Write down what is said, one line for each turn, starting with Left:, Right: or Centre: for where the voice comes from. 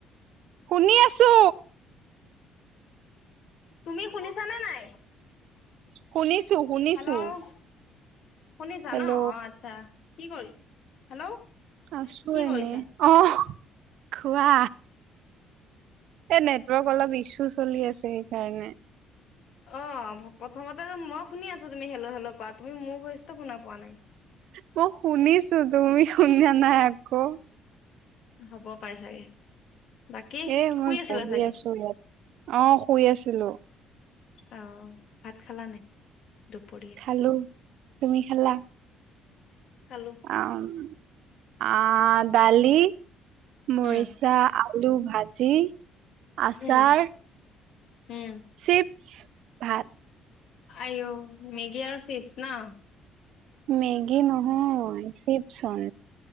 Right: শুনি আছো
Left: তুমি শুনিছানে নাই
Right: শুনিছো শুনিছো
Left: হেল্ল' শুনিছা
Right: হেল্ল'
Left: ন অ আচ্ছা কি কৰি, হেল্ল'
Right: আছোঁ
Left: কি
Right: এনেই
Left: কৰিছা?
Right: অহ খোৱা। এ নেটৱৰ্ক অলপ ইছ্যু চলি আছে সেইকাৰণে।
Left: অ প্ৰথমতে মই শুনি আছোঁ। তুমি হেল্ল' হেল্ল' কোৱা তুমি মোৰ ভইচটো শুনা পোৱা নাই।
Right: মই শুনিছো তুমি শুনা নাই একো
Left: হ'ব পাই চাগে। বাকী
Right: এ
Left: শুই
Right: মই
Left: আছিলা
Right: বহি
Left: চাগে?
Right: আছো ইয়াত অ শুই আছিলোঁ।
Left: আহ ভাত খালা নাই দুপৰীয়া।
Right: খালো তুমি খালা।
Left: খালো
Right: আম আহ দালি, মৰিচা,
Left: উম
Right: আলু ভাজি। আচাৰ
Left: উম উম
Right: চিপছ ভাত
Left: আয়ো' মেগী আৰু চিপছ ন।
Right: মেগি নহয় চিপ চন।